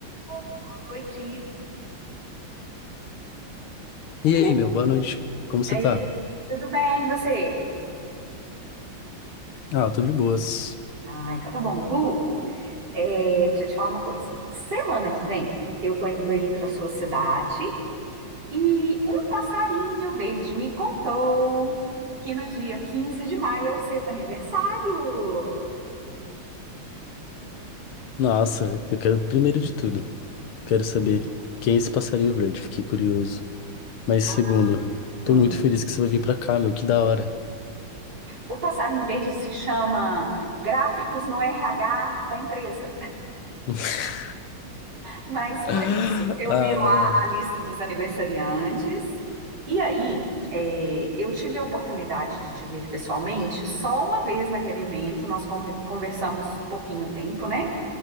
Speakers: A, on the right; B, on the left.
A: Oi, Boa noite,
B: E
A: Gu.
B: aí, meu, boa noite. Como você
A: Ei,
B: tá?
A: tudo bem, e você?
B: Ah, tô de boas.
A: Ah, então tá bom. Gu, é, deixa eu te falar uma coisa. Semana que vem, eu tô indo aí pra sua cidade e um passarinho verde me contou que no dia 15 de maio é o seu aniversário.
B: Nossa, eu quero, primeiro de tudo, quero saber quem é esse passarinho verde, fiquei curioso. Mas
A: Ah,
B: segundo,
A: hum.
B: tô muito feliz que você vai vir pra cá, meu, que da hora.
A: O passarinho verde se chama Gráficos no RH da empresa.
B: <laughs>
A: Mas foi
B: Ah,
A: isso. Eu vi lá a lista dos aniversariantes. E aí, é, eu tive a oportunidade de te ver pessoalmente só uma vez naquele evento. Nós conv- conversamos pouquinho tempo, né?